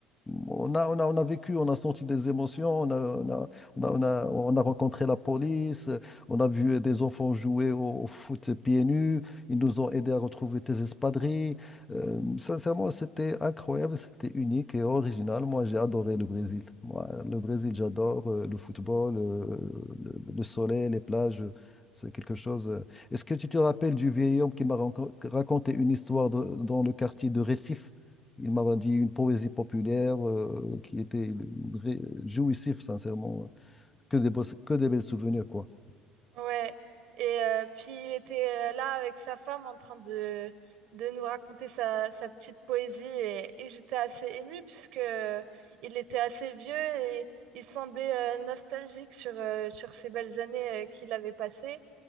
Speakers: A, on the left; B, on the right.
A: On a, on a, on a vécu, on a senti des émotions, on a, on a, on a, on a, on a rencontré la police, euh, on a vu des enfants jouer au, au foot pieds nus, ils nous ont aidés à retrouver des espadrilles. Euh, sincèrement, c'était incroyable, c'était unique et original. Moi, j'ai adoré le Brésil. Moi, le Brésil, j'adore euh, le football, euh, le, le soleil, les plages. C'est quelque chose. euh. Est-ce que tu te rappelles du vieil homme qui m'a rancon- raconté une histoire de- dans le quartier de Recife? Il m'a dit une poésie populaire euh, qui était ré- jouissif, sincèrement. Que des, beaux- que des belles souvenirs, quoi.
B: Ouais. Et euh, puis il était euh, là avec sa femme en train de, de nous raconter sa, sa petite poésie et, et j'étais assez émue puisque euh, il était assez vieux et il semblait euh, nostalgique sur, euh, sur ces belles années euh, qu'il avait passées.